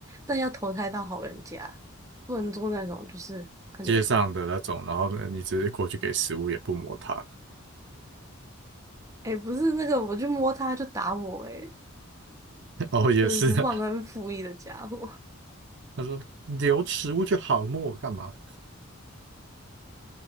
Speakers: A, on the right (about 15°); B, on the right (about 55°).
A: 但要投胎到好人家，不能做那种就是可能，
B: 街上的那种，然后呢，你直接过去给食物，也不摸它。
A: 哎，不是那个我去摸他就打我、欸哎，
B: <laughs> 哦，也是啊，
A: 真的是忘恩负义的家伙，
B: 他说你留食物就好，摸我干嘛？